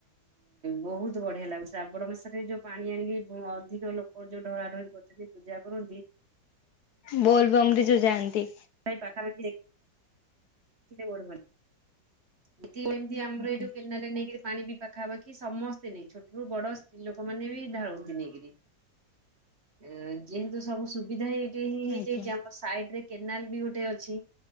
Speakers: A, on the right; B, on the left.
A: ବହୁତ ବଢ଼ିଆ ଲାଗୁଛି ଶ୍ରାବଣ ମାସରେ ଯେଉଁ ପାଣି ଆଣିକି ଅଧିକ ଲୋକ ଓଉ ଯୋଉ ଡରା ଡରି କରୁଛନ୍ତି ପୂଜା କରନ୍ତି
B: ବହୁତ କୋଲମରେ ଯୋଉ ଯାଆନ୍ତି
A: ଭାଇ ପାଖାପାଖି ଦେଖି କିେ ବରବର ହ ଏମିତି ଆମର
B: ଆଜ୍ଞା
A: ଏଇଠୁ କେନାରେ ନେଇକରି ପାଣି ପାଖାପାଖି ସମସ୍ତେ ନେଇ ଛୋଟରୁୁ ବଡ ସ୍ତ୍ରୀ ଲୋକ ମାନେ ବି ଢାଳନ୍ତି ନେଇକିରି ଅଁ ଯେହେତୁ ସବୁ ସୁବିଧା ହେଇ ହେ ହେ ହେଇଯାଇଛି
B: ଆଜ୍ଞା
A: ଆମ ସାଇଡରେ। କେନାଲ ବି ଗୋଟେ ଅଛି